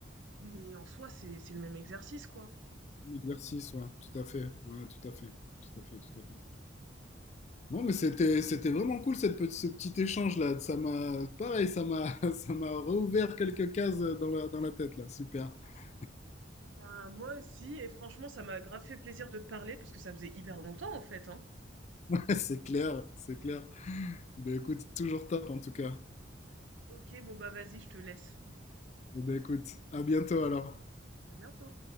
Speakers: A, on the right; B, on the left.
A: mais en soi c'est c'est le même exercice quoi
B: Un Exercice, ouais, tout à fait, ouais, tout à fait, tout à fait, tout à fait. Non, mais c'était, c'était vraiment cool, cette, pe- ce petit échange-là. Ça m'a, pareil, ça m'a, <laughs> ça m'a rouvert quelques cases dans la, dans la tête, là. Super. <laughs>
A: ben moi aussi et franchement ça m'a grave fait plaisir de te parler parce que ça faisait hyper longtemps en fait hein
B: Ouais, c'est clair, c'est clair. Ben, écoute, toujours top, en tout cas.
A: Ok, bon bah vas-y, je te laisse.
B: Eh Ben, écoute, à bientôt, alors.
A: À bientôt.